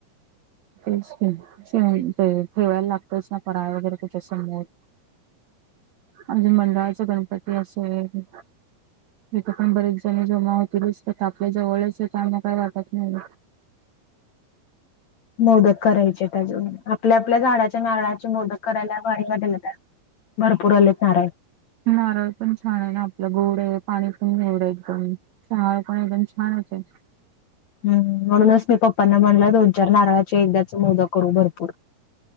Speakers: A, on the right; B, on the left.
A: तेच की <unintelligible> ते ठेवायला लागतच ना फराळ वगैरे त्याच्या समोर. म्हणजे मंडळाचा गणपती असेल इथं पण बरेच झनी जमा होतीलच आता आपल्या जवळच आहे तर आम्हाला काय वाटत नाही.
B: मोदक करायचे त्याजून आपल्या आपल्या झाडाच्या नारळा चे मोदक करायला भारी वाटेल आता भरपूर आलेत नारळ.
A: नारळ पण छान आहे ना आपलं गोड आहे पाणी पण गोड आहे एकदम. नारळ पाणी पण एकदम छान होते.
B: हम्म म्हणूनच मी पप्पांना म्हणलं दोन चार नारळाचे एकदाच मोदक करू भरपूर.